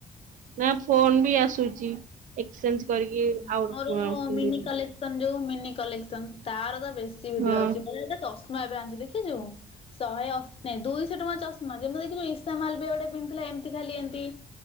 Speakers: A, on the right (about 65°); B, on the left (about 40°).
A: ନାଇଁ ଫୋନ ବି ଆସୁଚି। ଏକ୍ସଚେଞ୍ଜ କରିକି
B: ମୋର
A: ଆଉ। <unintelligible>
B: ମିନି କଲେକ୍ସନ ଯୋଉ ମିନି କଲେକ୍ସନ ତାର ତ ବେଶୀ ଭିଡିଓ
A: ହଁ।
B: ଅଛି। ମୁଁ ଗୋଟେ ଚଷମା ଏବେ ଆଣିଚି ଦେଖିଚୁ। ଶହେ ଅଶି ନାହିଁ ଦୁଇଶହ ଟଙ୍କା ଚଷମା ଯେମିତି ଦେଖିଛୁ ଇସା ମାଲ ବି ଗୋଟେ ପିନ୍ଧିଥିଲା ଏମିତି ଖାଲି ଏମିତି